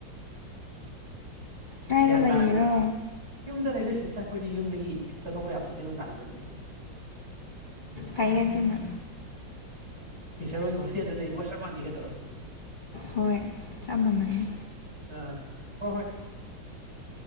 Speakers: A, on the left (about 30°); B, on the right (about 55°).
A: ꯀꯥꯏꯗ
B: ꯒ꯭ꯌꯥꯟ
A: ꯂꯩꯔꯤꯔꯣ
B: ꯇꯥꯔꯅꯤ ꯌꯨꯝꯗ ꯂꯩꯗ ꯁꯤꯁꯇ꯭ꯔ ꯑꯩꯈꯣꯏꯗꯤ ꯌꯨꯝꯗꯒꯤ ꯆꯠꯊꯣꯛꯄ ꯌꯥꯄꯣꯠꯇꯦ ꯅꯨꯡꯗꯥꯡꯗꯗꯤ
A: ꯐꯩꯌꯦ ꯑꯗꯨꯅ
B: ꯁꯤꯁꯇ꯭ꯔ ꯍꯣꯏꯒꯤ ꯍꯣꯁꯇꯦꯜꯗ ꯂꯩꯕꯒ ꯆꯞ ꯃꯥꯟꯅꯩꯌꯦ ꯀꯩꯗꯧꯔꯒꯦ
A: ꯍꯣꯏ ꯆꯞ ꯃꯥꯟꯅꯩ
B: ꯑꯥ ꯍꯣꯏ ꯍꯣꯏ